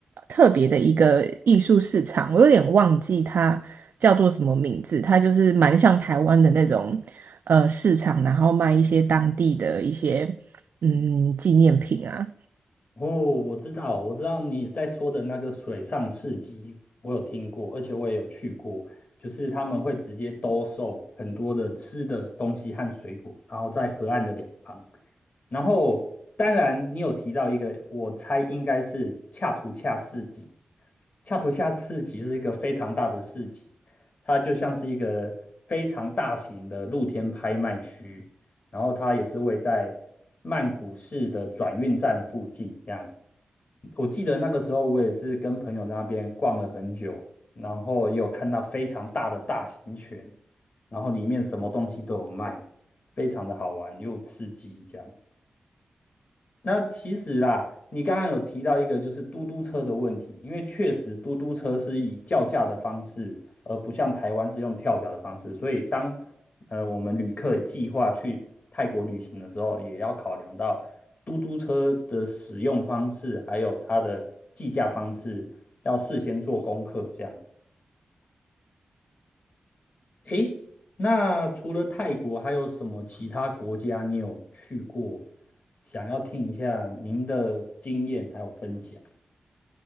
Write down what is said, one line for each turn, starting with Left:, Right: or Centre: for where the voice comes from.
Right: 特别的一个艺术市场，我有点忘记它叫做什么名字，它就是蛮像台湾的那种呃市场，然后卖一些当地的一些嗯纪念品啊。
Left: 哦，我知道，我知道你在说的那个水上市集，我有听过，而且我也有去过。就是他们会直接兜售很多的吃的东西和水果，然后在河岸的两旁。然后，当然你有提到一个，我猜应该是恰图恰市集。恰图恰市集是一个非常大的市集，它就像是一个非常大型的露天拍卖区。然后它也是位在曼谷市的转运站附近。这样，我记得那个时候我也是跟朋友在那边逛了很久，然后也有看到非常大的大型犬，然后里面什么东西都有卖，非常的好玩又刺激。这样，那其实啦，你刚刚有提到一个就是嘟嘟车的问题，因为确实嘟嘟车是以叫价的方式，而不像台湾是用跳表的方式，所以当呃我们旅客计划去泰国旅行的时候，也要考量到嘟嘟车的使用方式，还有它的计价方式，要事先做功课这样。诶，那除了泰国，还有什么其他国家你有去过？想要听一下您的经验还有分享。